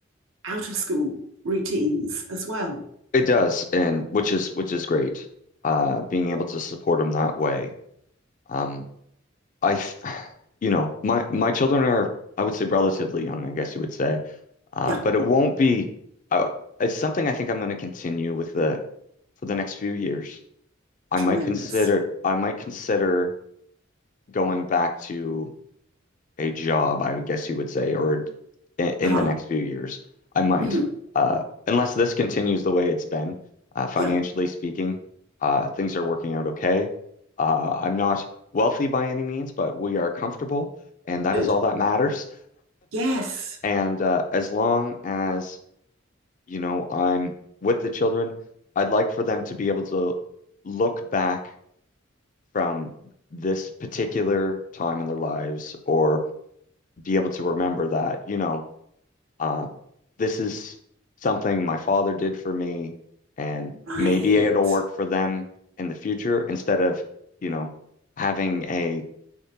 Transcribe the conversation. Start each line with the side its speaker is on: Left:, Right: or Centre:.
Right: out of school routines as well?
Left: it does, and which is which is great. Uh, being able to support them that way. Um, I, th- <sighs> you know, my my children are, I would say, relatively young. I guess you would say. Uh,
Right: Yeah,
Left: but it won't be. Uh, it's something I think I'm going to continue with the for the next few years. I
Right: tremendous.
Left: might consider I might consider going back to a job, I would guess you would say, or in, in
Right: Uh-huh.
Left: the next few years. I might,
Right: Mhm.
Left: uh, unless this continues the way it's been. Uh, financially
Right: Yeah,
Left: speaking, uh, things are working out okay. Uh, I'm not wealthy by any means, but we are comfortable, and that
Right: good.
Left: is all that matters.
Right: Yes,
Left: And uh, as long as you know, I'm with the children. I'd like for them to be able to look back from this particular time in their lives or be able to remember that, you know, uh, this is something my father did for me, and
Right: right,
Left: maybe it'll work for them in the future instead of, you know, having a,